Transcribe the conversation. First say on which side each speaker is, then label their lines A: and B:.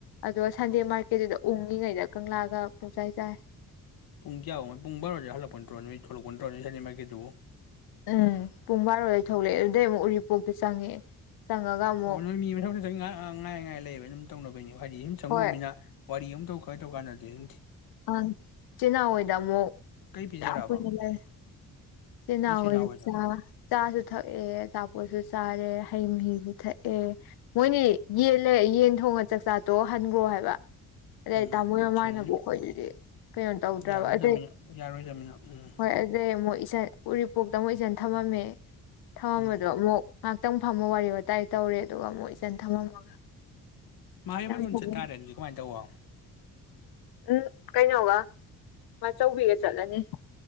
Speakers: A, on the left; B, on the left.
A: ꯑꯗꯣ ꯁꯟꯗꯦ ꯃꯥꯔꯀꯦꯠꯇꯨꯗ ꯎꯡꯂꯤꯉꯩꯗ ꯀꯪꯂꯥꯒ ꯄꯨꯡꯆꯥꯏ ꯆꯥꯏ
B: ꯄꯨꯡ ꯀꯌꯥꯃꯨꯛ ꯄꯨꯡ ꯕꯥꯔꯣꯗ ꯍꯜꯂꯛꯄ ꯅꯠꯇꯔꯣ ꯅꯣꯏ ꯊꯣꯛꯂꯛꯄ ꯅꯠꯇꯔꯣ ꯍꯥꯏꯗꯤ ꯃꯥꯏꯀꯩꯗꯨꯕꯨ
A: ꯎꯝ ꯄꯨꯡ ꯕꯥꯔꯣꯗ ꯊꯣꯛꯂꯛꯑꯦ ꯑꯗꯨꯗꯩ ꯑꯃꯨꯛ ꯎꯔꯤꯄꯣꯛꯇ ꯆꯪꯉꯛꯑꯦ ꯆꯪꯉꯒ ꯑꯃꯨꯛ
B: ꯑꯣ ꯅꯣꯏ ꯃꯤ <unintelligible> ꯑꯗꯨꯝ ꯇꯧꯅꯕꯩꯅꯤꯀꯣ ꯍꯥꯏꯗꯤ ꯁꯨꯝ ꯆꯪꯉꯣꯃꯤꯅ
A: ꯍꯣꯏ
B: ꯋꯥꯔꯤ ꯑꯃꯝꯇꯧ ꯈꯔ ꯇꯧ ꯀꯥꯟꯗꯗꯤꯝ
A: ꯑ ꯆꯦ ꯅꯥꯎ ꯑꯣꯏꯗꯃꯨꯛ
B: ꯀꯩ ꯄꯤꯖꯔꯛꯑꯕ
A: ꯌꯥꯝ ꯀꯨꯏꯅ ꯂꯩ ꯆꯦ
B: ꯅꯣꯏ
A: ꯅꯥꯎ
B: ꯆꯤꯜ
A: ꯍꯣꯏꯗ
B: ꯏꯅꯥꯎꯍꯣꯏꯗꯣ
A: ꯆꯥ ꯆꯥꯁꯨ ꯊꯛꯑꯦ ꯑꯆꯥꯄꯣꯠꯁꯨ ꯆꯥꯔꯦ ꯍꯩ ꯃꯍꯤꯁꯨ ꯊꯛꯑꯦ ꯃꯣꯏꯅꯤ ꯌꯦꯂꯦ ꯌꯦꯟ ꯊꯣꯡꯉ ꯆꯥꯛꯆꯥꯠꯇꯣꯑ ꯍꯟꯒꯣ ꯍꯥꯏꯕ <unintelligible> <unintelligible>
B: ꯎꯝ ꯊꯦꯡꯉꯅꯤ ꯌꯥꯔꯣꯏꯗꯕꯅꯤꯅ ꯌꯥꯔꯣꯏꯗꯕꯅꯤꯅ ꯎꯝ
A: ꯎꯔꯤꯄꯣꯛꯇ ꯃꯨꯛ ꯏꯆꯟ ꯊꯝꯃꯝꯃꯦ ꯊꯝꯃꯝꯕꯗꯣ
B: ꯎꯝ
A: ꯑꯃꯨꯛ ꯉꯥꯏꯇꯪ ꯐꯝꯃ ꯋꯥꯔꯤ ꯋꯥꯇꯥꯏ ꯇꯧꯔꯦ ꯑꯗꯨꯒ ꯑꯃꯨꯛ ꯏꯆꯟ ꯊꯝꯃꯝꯃꯒ
B: <unintelligible>
A: ꯀꯌꯥꯝ ꯐꯒꯦ ꯎꯝ ꯀꯩꯅꯣꯒ ꯃꯆꯧꯕꯤꯒ ꯆꯠꯂꯅꯤ